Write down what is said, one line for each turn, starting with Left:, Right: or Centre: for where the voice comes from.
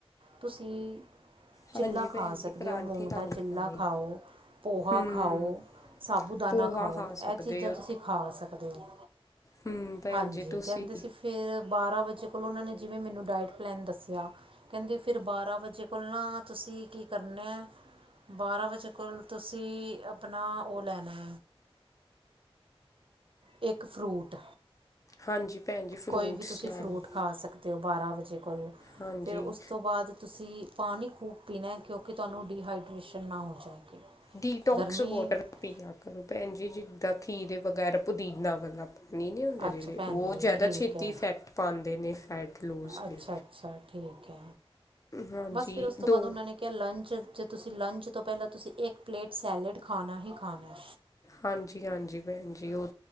Right: ਤੁਸੀਂ ਚਿੱਲਾ
Left: ਹਾਂਜੀ ਭੈਣ
Right: ਖਾ ਸਕਦੇ
Left: ਜੀ ਪਰਾਂਠੇ
Right: ਓਂ ਮੂੰਗ
Left: ਤਾਂ
Right: ਦਾ
Left: ਨਹੀਂ
Right: ਚਿੱਲਾ
Left: ਖਾਣੇ
Right: ਖਾਓ, ਪੋਹਾ
Left: ਹਮ
Right: ਖਾਓ, ਸਾਬੂ ਦਾਨਾ
Left: ਪੋਹਾ
Right: ਖਾਓ
Left: ਖਾ ਸਕਦੇ
Right: ਐਹ ਚੀਜ਼ਾਂ
Left: ਹੋ
Right: ਤੁਸੀਂ ਖਾ ਸਕਦੇ ਓਂ,
Left: ਹਮ ਭੈਣ
Right: ਹਾਂਜੀ
Left: ਜੀ ਤੁਸੀਂ
Right: ਕੈਂਦੇ ਸੀ ਫੇਰ ਬਾਰ੍ਹਾਂ ਵਜੇ ਕੋਲ ਓਨਾਂ ਨੇ ਜਿਵੇਂ ਮੈਨੂੰ ਡਾਇਟ ਪਲੈਨ ਦੱਸੇਆ ਕੈਂਦੇ ਫਿਰ ਬਾਰਾਂ ਵਜੇ ਕੋਲ ਨਾ ਤੁਸੀਂ ਕੀ ਕਰਨਾ ਬਾਰਾਂ ਵਜੇ ਕੋਲ ਤੁਸੀਂ ਆਪਨਾ ਓ ਲੈਨੈ ਇੱਕ ਫਰੂਟ
Left: ਹਾਂਜੀ ਭੈਣ ਜੀ ਫਰੂਟਸ
Right: ਕੋਈ ਵੀ ਤੁਸੀਂ
Left: ਲੈਣੇ
Right: ਫਰੂਟ ਖਾ ਸਕਦੇ ਓਂ ਬਾਰਾਂ ਵਜੇ ਕੋਲ।
Left: ਹਾਂਜੀ
Right: ਫਿਰ ਉਸ ਤੋਂ ਬਾਦ ਤੁਸੀਂ ਪਾਨੀ ਖੂਬ ਪੀਨੈ ਕਿਓਂਕਿ ਤੁਆਨੂੰ ਡੀਹਾਈਡਰੇੇਸ਼ਨ ਨਾ ਹੋ ਜਾਏਗੀ।
Left: ਡੀਟੋਕਸ
Right: ਗਰਮੀ
Left: ਵਾਟਰ
Right: ਹੈ
Left: ਪੀਆ ਕਰੋ ਭੈਨ ਜੀ ਜਿੱਦਾਂ ਖੀਰੇ ਵਗੈਰਾ ਪੁਦੀਨਾਂ ਵਾਲਾ। ਨੀ ਨੀ ਹੁੰਦਾ
Right: ਅੱਛਾ
Left: ਜੇੜੇ
Right: ਭੈਣ
Left: ਓ
Right: ਜੀ
Left: ਜ਼ਾਦਾ
Right: ਠੀਕ
Left: ਛੇਤੀ
Right: ਹੈ
Left: ਇਫੈਕਟ ਪਾਂਦੇ ਨੇ ਫੈਟ ਲੂਜ਼
Right: ਅੱਛਾ
Left: ਲਈ।
Right: ਅੱਛਾ ਠੀਕ ਐ,
Left: ਹਾਂਜੀ
Right: ਬਸ ਫਿਰ ਉਸ
Left: ਦੋ
Right: ਤੋਂ ਬਾਦ ਓਨਾਂ ਨੇ ਕਿਆ ਲੰਚ ਚ ਤੁਸੀਂ ਲੰਚ ਤੋਂ ਪੈਲਾਂ ਤੁਸੀਂ ਇੱਕ ਪਲੇਟ ਸੈਲਡ ਖਾਨਾ ਈ ਖਾਨੈ।
Left: ਹਾਂਜੀ-ਹਾਂਜੀ ਭੈਨਜੀ ਓ